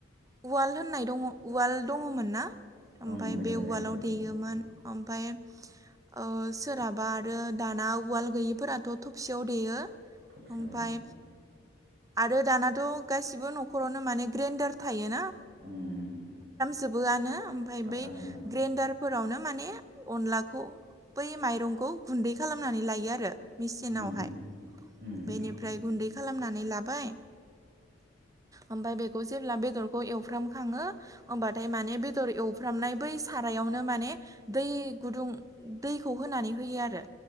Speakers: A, on the right (about 15°); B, on the right (about 50°).
A: उवाल होननाय दङ उवाल दङमोन ना ओमफफ्राय
B: ओं गोदो
A: बे
B: गोदाय
A: उवालाव
B: ओं
A: दैयोमोन ओमफ्राय ओ सोरहाबा आरो दाना उवाल गैयिफोराथ' थबसेयाव देयो
B: थबसेयाव
A: ओमफ्राय
B: ओं
A: आरो दानाथ' गासिबो न'खरावनो माने ग्रेन्डार थायो ना
B: <unintelligible>
A: जोबोआनो ओमफफ्राय
B: थाफ्रामजोबो
A: बै
B: आं
A: ग्रेन्डारफोरावनो माने अनलाखौ बै माइरंखौ गुन्दै खालामनानै लायो आरो मेचिनावहाय
B: ओम ओम
A: बेनिफ्राय
B: नोंथां
A: गुन्दै खालामनानै लाबाय
B: <unintelligible>
A: ओमफफ्राय बेखौ जेब्ला बेदरखौ एवफ्राम खाङो होमबाथाय माने बेदर एवफ्रामनाय बै सारायाव यावनो माने दै गुदुं दैखौ होनानै होयो आरो